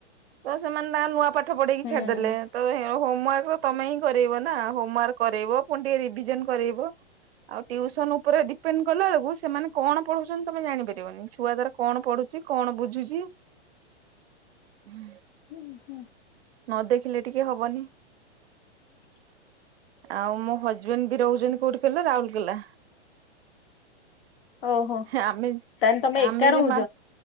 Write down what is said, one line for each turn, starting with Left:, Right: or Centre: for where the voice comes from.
Right: ତ ସେମାନେ ତାଙ୍କ ନୂଆ ପାଠ ପଢେଇକି
Left: ହୁଁ।
Right: ଛାଡିଦେଲେ ତହେ ହୋମ ୱାର୍କ ତମେ ହିଁ କରାଇବ ନା ହୋମ ୱାର୍କ କରାଇବ ପୁଣି ଟିକେ ରିଭିଜନ କରେଇବ। ଆଉ ଟ୍ୟୁସନ ଉପରେ ଡିପେଣ୍ଡ କଲା ବେଳକୁ ସେମାନେ କଣ ପଢୁଛନ୍ତି ତମେ ଜାଣିପାରିବନି ଛୁଆ ତାର କଣ ପଢୁଛି କଣ ବୁଝୁଛି। ହୁଁ।
Left: ଉ ହୁଁ।
Right: ନ ଦେଖିଲେ ଟିକେ ହବନି ଆଉ ମୋ ହଜବେଣ୍ଡ ବି ରହୁଛନ୍ତି କୋଉଠି କିଲ ରାଉଲକେଲା।
Left: ଓହୋ
Right: ଆମେ
Left: ତାହେଲେ ତମେ
Right: ଆମେ
Left: ଏକା
Right: ଯେ
Left: ରହୁଛ
Right: ମା